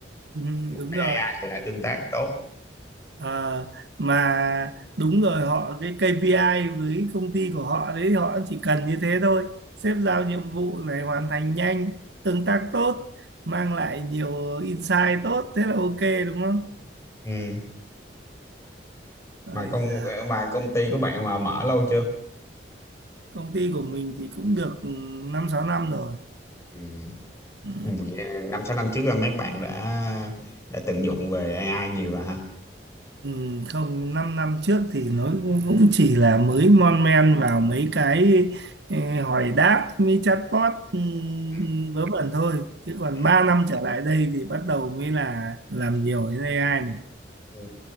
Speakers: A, on the right; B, on the left.
A: Ừ, đúng
B: với
A: rồi.
B: AI thì lại tương tác tốt
A: Ờ, mà đúng rồi họ cái KPI với công ty của họ đấy họ chỉ cần như thế thôi sếp giao nhiệm vụ này hoàn thành nhanh tương tác tốt mang lại nhiều insight tốt thế là ok đúng không
B: ừ.
A: Ây
B: mà công
A: da,
B: mà công ty của bạn mà mở lâu chưa
A: công ty của mình thì cũng được ừ, 5 6 năm rồi
B: ừ.
A: ừ.
B: Vậy năm sáu năm trước là mấy bạn đã đã tận dụng về AI nhiều rồi ha
A: Ừ, không 5 năm năm trước thì nó cũng cũng chỉ là mới mon men vào mấy cái ê, hỏi đáp mấy chatbot ừ,
B: ừ.
A: vớ vẩn thôi chứ còn
B: Ừ.
A: 3 năm trở lại đây thì bắt đầu mới là làm nhiều đến AI này
B: Ừ.